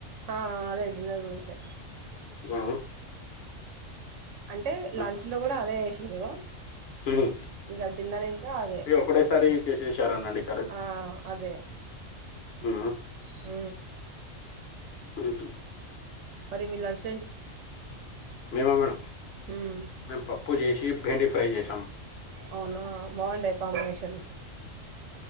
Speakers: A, on the right; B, on the left.
A: ఆ అది డిన్నర్ గురించే
B: ఆ
A: అంటే లంచ్
B: మ్మ్.
A: లో కూడా అదే వేస్సిరు
B: మ్మ్.
A: ఇంకా డిన్నర్ ఇంకా అదే
B: ఇక ఒకటేసారి చేసేసారనండి
A: ఆ అదే
B: ఆ
A: హ
B: అఓ
A: పరిమిలాజి
B: మేమ మేడం
A: ఉమ్
B: మేము పప్పు చేసి బెండి ఫ్రై చేసినం
A: అవునా బాగుంటది కాంబినేషన్